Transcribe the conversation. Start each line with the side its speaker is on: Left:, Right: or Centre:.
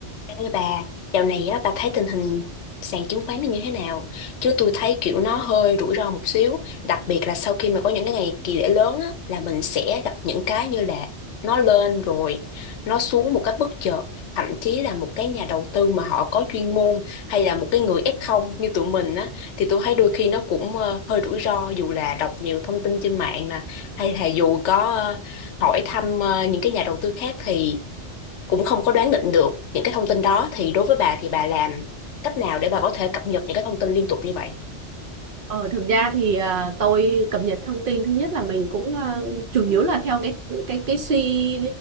Left: Ê bà, dạo này á, bà thấy tình hình sàn chứng khoán nó như thế nào? Chứ tôi thấy kiểu nó hơi rủi ro một xíu, đặc biệt là sau khi mà có những cái ngày kỳ lễ lớn á, là mình sẽ gặp những cái như là nó lên rồi, nó xuống một cách bất chợt, thậm chí là một cái nhà đầu tư mà họ có chuyên môn hay là một cái người ép không như tụi mình á, thì tôi thấy đôi khi nó cũng ờ, hơi rủi ro dù là đọc nhiều thông tin trên mạng nè, hay là dù có ờ, hỏi thăm ờ, những cái nhà đầu tư khác thì cũng không có đoán định được những cái thông tin đó thì đối với bà thì bà làm cách nào để bà có thể cập nhật những cái thông tin liên tục như vậy?
Right: Ờ, thực ra thì à, tôi cập nhật thông tin thứ nhất là mình cũng à, chủ yếu là theo cái cái cái suy